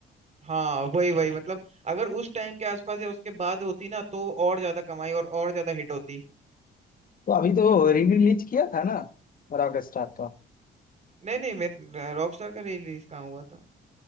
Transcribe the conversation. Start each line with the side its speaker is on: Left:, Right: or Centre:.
Right: हाँ वही वही मतलब अगर उस टाइम के आसपास या उसके बाद होती ना तो और ज्यादा कमाई और और ज्यादा हिट होती
Left: तो अभी तो री रिलीज किया था ना रॉक स्टार का
Right: नहीं नहीं मैं रॉकस्टार का रिलीज कहाँ हुआ था